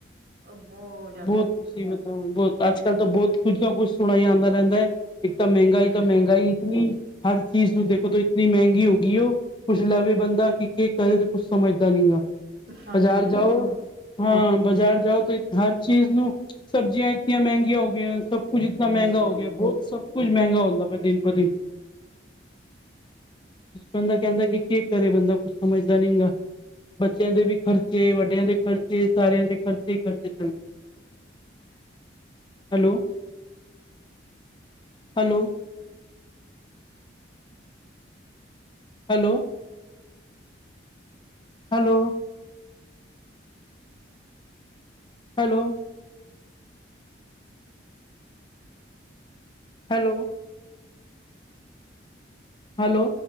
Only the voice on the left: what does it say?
ਬਹੁਤ ਕੁੁਛ ਈ ਮਤਲਬ, ਬਹੁਤ ਅੱਜ
-ਕੱਲ੍ਹ
ਤਾਂ ਬਹੁਤ ਕੁੱਛ ਨਾ ਕੁੱਛ ਸੁਣਾਈ ਆਉਂਦਾ ਰਹਿੰਦਾ ਹੈ। ਇਤਨਾ ਮਹਿੰਗਾ
ਤਾਂ ਮਹਿੰਗਾਈ ਇਤਨੀ, ਹਰ ਚੀਜ਼ ਨੂੰ ਦੇਖੋ ਤਾਂ, ਇਤਨੀ ਮਹਿੰਗੀ ਹੋ ਗਈ ਉਹ। ਕੁਛ ਲਵੇ ਬੰਦਾ ਕਿ, ਕੀ ਕਰੇ ਤੇ ਕੁਛ ਸਮਝਦਾ ਨਹੀਂ ਆ।
ਬਜ਼ਾਰ
ਜਾਉ,
ਹਾਂ ਬਜ਼ਾਰ ਜਾਉ ਤੁਸੀ ਹਰ ਚੀਜ਼ ਨੂੰ, ਸਬਜ਼ੀਆਂ ਇਤਨੀਆਂ ਮਹਿੰਗੀਆਂ ਹੋ ਗਈਆਂ, ਸਭ ਕੁੱਝ ਇਤਨਾ ਮਹਿੰਗਾ
ਹੋ ਗਿਆ। ਬਹੁਤ ਸਭ ਕੁਛ, ਮਹਿੰਗਾ ਹੁੰਦਾ ਪਿਆ, ਦਿਨ ਪਰ ਦਿਨ। ਬੰਦਾ, ਕਹਿੰਦਾ ਕਿ, ਕੀ ਕਰੇ ਬੰਦਾ, ਕੁਛ ਸਮਝਦਾ ਨੀ ਗਾ। ਬੱਚਿਆਂ ਦੇ ਵੀ ਖਰਚੇ, ਵੱਡਿਆਂ ਦੇ ਖਰਚੇ, ਸਾਰਿਆਂ ਦੇ ਖਰਚੇ- ਖਰਚੇ। Hello. Hello. Hello hello. Hello. Hello. Hello.